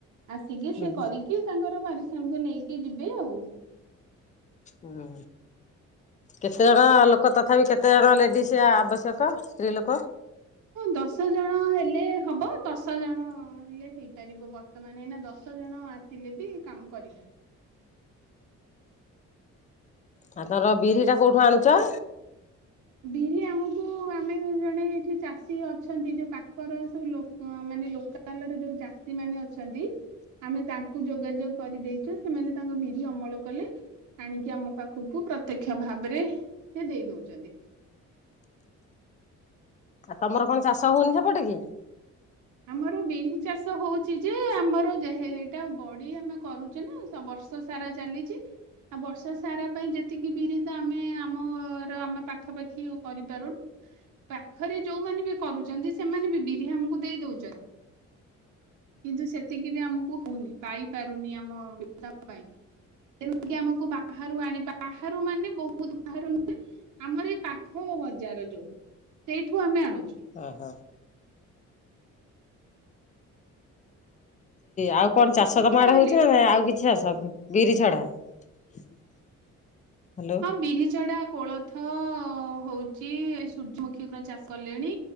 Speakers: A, on the right; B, on the left.
A: ଆସିକି
B: ହୁଁ
A: ସେ କରିକି ତାଙ୍କର ପାରିଶ୍ରମିକ ନେଇକି ଯିବେ ଆଉ।
B: ହୁଁ କେତେ ଜଣ ଲୋକ ତଥାପି କେ କେତେଜଣ ଲେଡ଼ିସ୍ ଆବଶ୍ୟକ ସ୍ତ୍ରୀ ଲୋକ?
A: ଦଶ ଜଣ ହେଲେ ହେବ ଦଶ ଜଣ ହେଲେ। ହେଇପାରିବ ବର୍ତ୍ତମାନ ଏଇନା ଦଶ ଜଣ ଆସିଲେ ବି କାମ କରିବେ।
B: ହୁଁ ତମର ବିରି ଟା କୋଉଠୁ ଆଣୁଛ?
A: ବିରି ଆମକୁ ଆମେ ଜଣେ ଏଠି ଚାଷୀ ଅଛନ୍ତି ଯୋଉ ପାଖର ସବୁ ମାନେ ଲୋକ। ଲୋକାଲ ରେ ଯୋଉ ଚାଷୀ ମାନେ ଅଛନ୍ତି ଆମେ ତାଙ୍କ କୁ ଯୋଗାଯୋଗ କରିଦେଇଛୁ ସେମାନେ ତାଙ୍କ ବିରି ଅମଳ କଲେ। ଆଣିକି ଆମ ପାଖକୁ ପ୍ରତ୍ୟକ୍ଷ ଭାବରେ ସେ ଦେଇ ଦଉଛନ୍ତି।
B: ତମର କଣ ଚାଷ ହଉନି ସେପଟେ କି?
A: ଆମର ବିରି ଚାଷ ହଉଛି ଯେ ଆମର ଏଇଟା ବଡି ଆମେ କରୁଛୁ ନା ତ ବର୍ଷ ସାରା ଚାଲିଛି। ବର୍ଷା ସାରା ପାଇଁ ଯେତିକି ବିରି ତ ଆମେ ଆମର ଆମେ ପାଖାପାଖି କରିପାରୁନୁ। ପାଖରେ ଯୋଉମାନେ ବି କରୁଛନ୍ତି ସେମାନେ ବି ବିରି ଆମକୁ ଦେଇ ଦଉଛନ୍ତି। କିନ୍ତୁ ସେତିକି ବି ଆମକୁ ହଉନି ପାଇପାରୁନି ଆମ ପାଇଁ। ତେଣୁ କି ଆମକୁ ବାହାରୁ ଆଣି ବାହାରୁ ମାନେ ବହୁତ ବାହାରୁ ନୁହେଁ। ଆମର ଏଇ ପାଖ ବଜାର ଯୋଉ ସେଇଠୁ ଆମେ ଆଣୁଛୁ।
B: ଓହୋ। ଆଉ କଣ ଚାଷ
A: ହଉ
B: ତମ ଆଡେ
A: ତାହେଲେ
B: ହଉଛି ନା ଆଉ କିଛି? <unintelligible> ବିରି ଛଡ଼ା ହ୍ୟାଲୋ।
A: ହଁ ବିରି ଛଡ଼ା କୋଳଥ ହଉଚି ସୂର୍ଯ୍ୟମୁଖୀ କଣ ଚାଷ କଲେଣି।